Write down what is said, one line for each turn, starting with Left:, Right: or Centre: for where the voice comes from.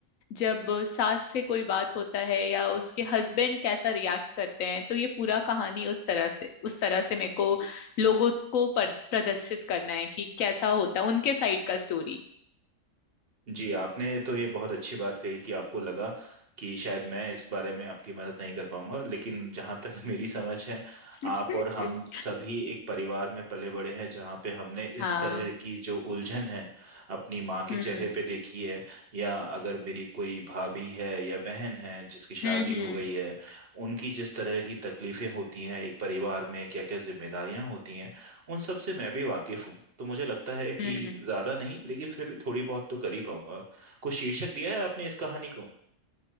Left: जब सास से कोई बात होता है या उसके हस्बैंड कैसा रिएक्ट करते हैं तो ये पूरा कहानी उस तरह से उस तरह से मेरे को लोगों को पर- प्रदर्शित करना है कि कैसा होता है उनके साइड का स्टोरी
Right: जी आपने तो ये बहुत अच्छी बात कही कि आपको लगा कि शायद मैं इस बारे में आपकी मदद नहीं कर पाऊंगा लेकिन जहाँ तक <laughs> मेरी समझ है
Left: <laughs>
Right: आप और हम सभी एक परिवार में पले बड़े हैं जहाँ पे हमने
Left: हाँ
Right: इस तरह की जो उलझन है अपनी माँ के
Left: हम्म
Right: चेहरे पे देखी है या अगर मेरी कोई भाभी है या बहन है जिसकी
Left: हम्म
Right: शादी
Left: हम्म
Right: हो गई है उनकी जिस तरह की तकलीफें होती हैं एक परिवार में क्या क्या जिम्मेदारियां होती हैं उन सब से मैं भी वाकिफ हूँ तो मुझे लगता है
Left: हम्म
Right: कि ज्यादा नहीं लेकिन फिर भी थोड़ी बहुत तो कर ही पाऊंगा कुछ शीर्षक दिया है आपने इस कहानी को